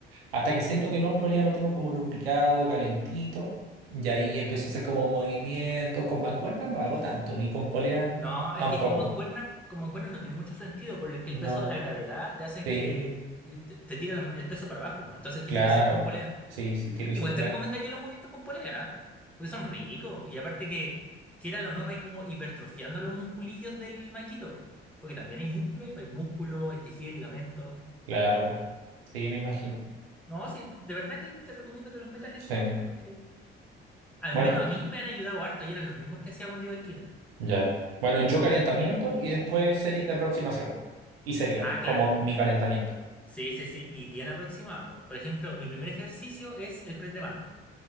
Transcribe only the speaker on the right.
Hasta que siento que el hombro ya lo tengo como lubricado, calentito, y ahí empiezo a hacer como movimientos. Con mancuerna no hago tanto, ni con polea
tampoco.
No,
sí,
claro.
Sí, sí, tiene
que ser polea.
Claro, po. Sí, me imagino.
Sí.
Bueno,
ya. Bueno, yo calentamiento y después series de aproximación. Y sería
como
mi calentamiento.